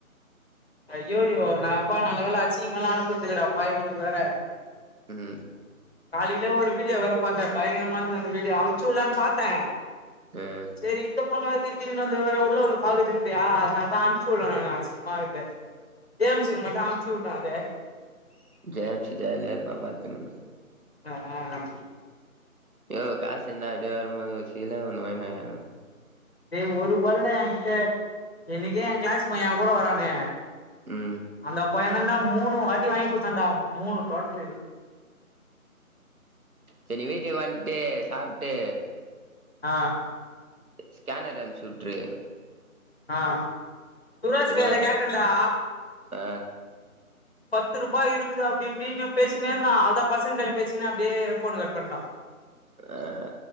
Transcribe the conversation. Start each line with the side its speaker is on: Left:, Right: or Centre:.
Left: ஐய்யயோ நா அப்பா நல்ல வேல அசிங்கமால்லா அனுப்றதில்லடாப்பா இவனுக்கு வேற
Right: ம்
Left: காலையில ஒரு வீடியோ வேற பாத்தே பயங்கரமா இருந்தது அந்த வீடியோ அம்ச்சு வுலான் பாத்தே
Right: ம்
Left: செரி இந்த பொண்ணு வேற <unintelligible> வந்து வேற உள்ள வந்து பாத்துட்ருந்தியா அதனால தா அம்ச்சு வுல நானு அத் தெ கேம்ஸ் சிங் மட்டு அம்ச்சி வுட்ர அது
Right: ஜெயம் சி ஜெயலர் பாபா <unintelligible> திரு
Left: ஆ ஆஹ்ஹ
Right: யோவ் காசு இருந்தா அப்படியே வரும்போது சீல ஒண்ணு வாங்கி வாயா
Left: டே ஒரு பல்டா என்கிட்ட எனக்கே என் கிளாஸ் பையன் என் கூட வரானே
Right: ம்
Left: அந்த இப்ப என்னன்டா மூணு வாட்டி வாங்கி கொடுத்தேன்டா மூணு பாட்டலு
Right: சேர் நீ வீட்டுக்கு வன்டு சாப்ட்டு
Left: ஆ
Right: ஸ்கேனர் அனுப்ச்சு விட்ரு
Left: ஆ சுரேஷ் வேல
Right: வ
Left: கேட்டேன்டா
Right: ஆ
Left: பத்து ரூபாய் இருந்தது அப்டி இப்டின்னு பேசின்னே இருந்தான் அதான் பசங்கள பேசினே அப்டியே போன் கட் பண்ணிட்டான்
Right: ஆ